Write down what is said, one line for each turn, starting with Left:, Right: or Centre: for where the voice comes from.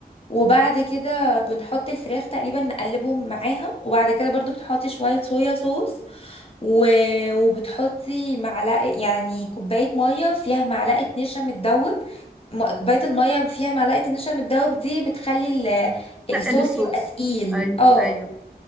Left: وبعد كده بنحط الفراخ تقريبا نقلبهم معاها وبعد كده برضو بتحطي شوية صويا صوص و... وبتحطي معلقة يعني كوباية مية فيها معلقة نشا متدوب م- كوباية المية فيها معلقة النشا متدوب دي بتخلي ال...
Centre: لا
Left: الصوص
Centre: للسوق
Left: يبقى تقيل
Centre: ايوه
Left: اه
Centre: ايوه